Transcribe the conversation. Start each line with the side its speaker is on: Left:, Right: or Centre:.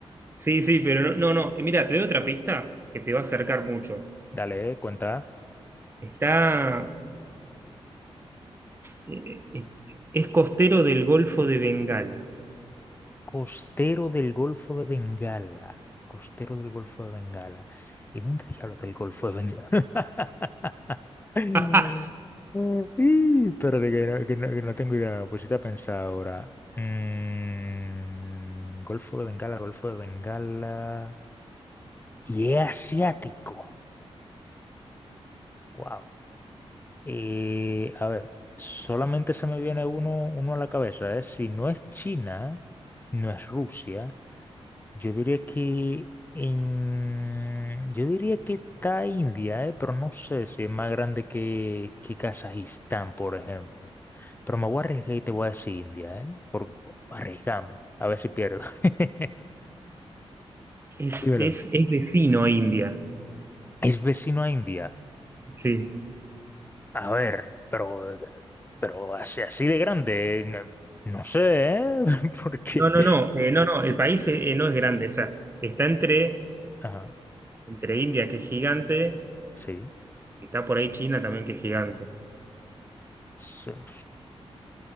Right: Sí, sí, pero no, no, no. Eh, Mira, te doy otra pista que te va a acercar mucho.
Left: Dale, cuenta.
Right: Está, eh, es, es costero del Golfo de Bengala.
Left: Costero del Golfo de Bengala. Costero del Golfo de Bengala. ¿Y dónde diablos del Golfo de Bengala? <laughs> Mm.
Right: <laughs>
Left: Ih, Espérate, que no, que no- que no tengo idea. Pues si a pensado ahora. Mm, Golfo de Bengala, Golfo de Bengala. Y es asiático. Wow. Eh, a ver, solamente se me viene uno, uno a la cabeza, ¿eh? Si no es China, no es Rusia. Yo diría que en... yo diría que está India, eh, pero no sé si es más grande que, que Kazajistán, por ejemplo. Pero me voy a arriesgar y te voy a decir India, ¿eh? Por, por- arriesgame, a ver si pierdo. <laughs>
Right: Es,
Left: Dímelo.
Right: es, es vecino a India.
Left: Es vecino a India.
Right: Sí.
Left: A ver, pero, pero así, así de grande, no, no sé, ¿eh? <laughs> Porque...
Right: No, no, no. eh, no, no. El país eh, eh, no es grande. O sea, está entre,
Left: Ajá,
Right: entre India, que es gigante,
Left: sí.
Right: está por ahí China también, que es gigante.
Left: So-